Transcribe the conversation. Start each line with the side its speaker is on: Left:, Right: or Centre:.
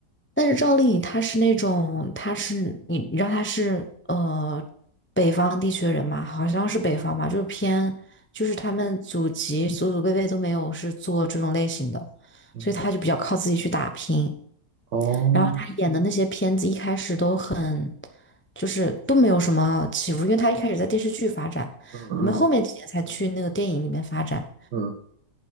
Left: 但是赵丽颖她是那种，她是你你知道她是呃北方地区的人嘛，好像是北方吧，就是偏就是他们祖籍祖祖辈辈都没有是做这种类型的，
Right: 嗯，
Left: 所以她就比较靠自己去打拼。
Right: 哦，
Left: 然后她演的那些片子一开始都很就是都没有什么起伏，因为她一开始在电视剧发展，
Right: 嗯嗯
Left: 后面后面几年才去那个电影里面发展。
Right: 嗯，